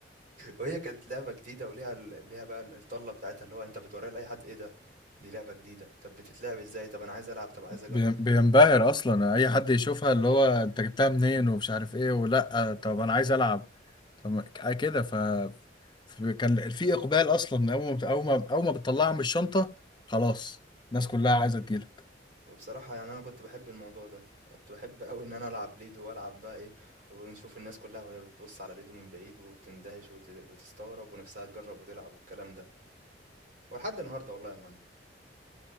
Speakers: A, on the right (about 45°); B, on the left (about 25°).
A: وهي كانت لعبة جديدة وليها ال- ليها بقى ال- الطلة بتاعتها اللي هو انت بتوريها لأي حد ايه ده دي لعبة جديدة طب بتتلعب ازاي طب انا عايز العب طب عايز
B: بي-
A: اجرب
B: بينبهر اصلا اي حد يشوفها اللي هو انت جبتها منين ومش عارف ايه ولا طب انا عايز العب طب ك- كده ف ف- كان في اقبال اصلا اول ما اول ما اول ما بتطلعها من الشنطه خلاص الناس كلها عايزه تجيلك
A: وبصراحة يعني انا كنت بحب الموضوع ده كنت بحب قوي ان انا العب ليدو والعب بقى ايه ونشوف الناس كلها وهي بتبص على ليدو من بعيد وتندهش وت- وتستغرب ونفسها تجرب وتلعب والكلام ده ولحد النهاردة والله يا مهند